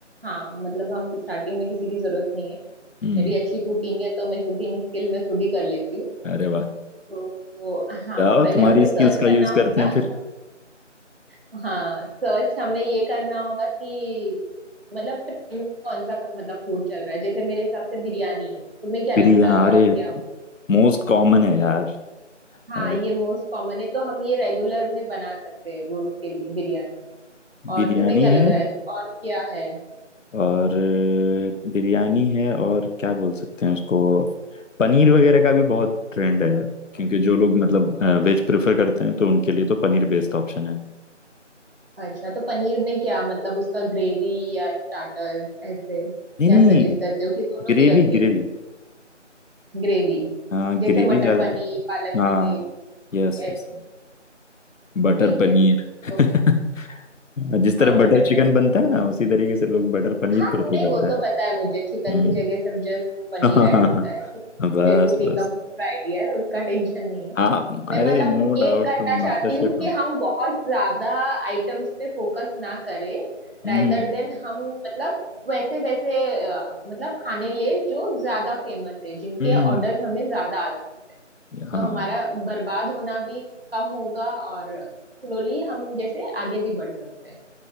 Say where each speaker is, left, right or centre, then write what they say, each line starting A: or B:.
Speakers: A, on the right; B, on the left.
A: हाँ मतलब हम स्टार्टिंग में किसी की जरूरत नहीं है
B: हम्म
A: मेरी
B: हम्म।
A: अच्छी कुकिंग है तो मैं कुकिंग स्किल मैं खुद ही कर लेती हूँ
B: अरे वाह
A: तो हाँ
B: जाओ
A: पहले
B: तुम्हारी
A: हमें
B: स्किल्स
A: सर्च
B: का
A: करना
B: यूज़
A: होगा
B: करते हैं फिर
A: <laughs> हाँ सर्च हमें ये करना होगा कि मतलब ट्रेंड कौन सा मतलब फूड चल रहा है जैसे मेरे हिसाब से बिरयानी है तुम्हें क्या लगता
B: बिरयानी
A: है और
B: अरे
A: क्या
B: मोस्ट कॉमन है यार
A: हाँ
B: अ,
A: ये मोस्ट कॉमन है तो हम ये रेगुलर में बना सकते हैं रोज के लिए बिरयानी और
B: बिरयानी
A: तुम्हें क्या लग
B: है
A: रहा है और क्या है
B: और बिरयानी है और क्या बोल सकते हैं उसको पनीर वगैरह का भी बहुत ट्रेंड है क्योंकि जो लोग मतलब वेज प्रेफर करते हैं तो उनके लिए तो पनीर बेस्ट ऑप्शन है
A: अच्छा तो पनीर में क्या मतलब उसका ग्रेवी या स्टार्टर्स ऐसे क्या
B: नहीं नहीं
A: सजेस्ट करते हो कि दोनों
B: Gravy
A: भी रखे
B: gravy
A: ग्रेवी
B: हाँ
A: जैसे
B: ग्रेवी
A: मटर
B: ज्यादा
A: पनीर
B: prefer-
A: पालक
B: हाँ
A: पनीर
B: Yes
A: यस
B: yes बटर
A: ठीक
B: पनीर
A: है तो
B: <laughs>
A: फिर-
B: जिस
A: हाँ
B: तरह बटर
A: बटर
B: चिकन
A: पनीर
B: बनता है ना उसी तरीके से लोग बटर पनीर
A: हाँ
B: प्रेफर
A: नहीं वो
B: करते हैं
A: तो पता है मुझे चिकन
B: हम्म
A: की जगह सब जस्ट वो पनीर
B: <laughs> हाँ
A: ऐड होता है मुझे
B: बस
A: कुकिंग
B: बस
A: का पूरा आइडिया है उसका टेंशन नहीं है
B: हाँ
A: मैं
B: अरे
A: मतलब
B: नो
A: ये
B: डाउट
A: करना
B: तुम मास्टर
A: चाहती
B: शेफ
A: हूँ कि
B: हो
A: हम बहुत ज्यादा आइटम्स पे फोकस ना करें
B: हम्म
A: रादर देन हम मतलब वैसे वैसे अ, मतलब खाने ले जो ज्यादा फेमस है जिनके
B: हम्म
A: ऑर्डर्स हमें ज्यादा आते हैं।
B: हाँ
A: तो
B: हाँ
A: हमारा बर्बाद होना भी कम होगा और स्लोली हम जैसे आगे भी बढ़ सकते हैं